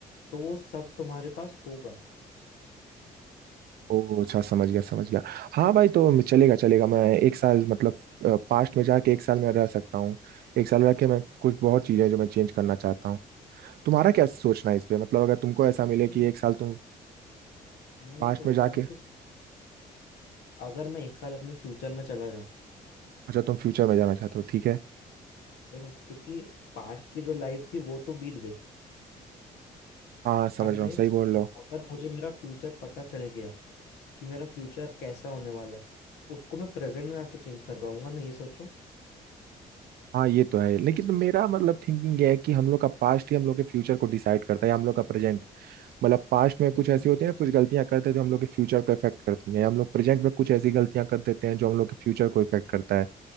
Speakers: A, on the left; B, on the right.
A: तो वो सब तुम्हारे पास होगा
B: ओ अच्छा समझ गया समझ गया हाँ भाई तो मैं- चलेगा चलेगा मैं एक साल मतलब पास्ट में जाके एक साल मैं रह सकता हूँ एक साल रह के मैं कुछ बहुत चीज़ें हैं जो मैं चेंज करना चाहता हूँ तुम्हारा क्या सोचना है इस पे मतलब अगर तुमको ऐसा मिले कि
A: नहीं,
B: एक साल तुम
A: मैं ये
B: पास्ट
A: सोच
B: में जाके
A: रहा हूँ कि अगर मैं एक साल अपने फ्यूचर में चला जाऊं
B: अच्छा तुम फ्यूचर में जाना
A: ठीक
B: चाहते हो ठीक है
A: देखो क्योंकि पास्ट की जो लाइफ थी वो तो बीत गई
B: हाँ समझ
A: अब ये
B: रहा हूँ सही
A: है future।
B: बोल रहे हो
A: अगर मुझे मेरा फ्यूचर पता चल गया कि मेरा फ्यूचर कैसा होने वाला है तो उसको मैं प्रेजेंट में आके चेंज कर पाऊंगा ना ये सोचो
B: हाँ ये तो है लेकिन तो मेरा मतलब थिंकिंग ये है कि हम लोग का पास्ट ही हम लोग के फ्यूचर को डिसाइड करता है या हम लोग का प्रेजेंट मतलब पास्ट में कुछ
A: हम्म
B: ऐसी होती है कुछ गलतियां करते हैं जो हम लोग के फ्यूचर को इफेक्ट करती हैं या हम लोग प्रेजेंट में कुछ ऐसी गलतियां कर देते हैं जो हम लोग के फ्यूचर को इफेक्ट करता है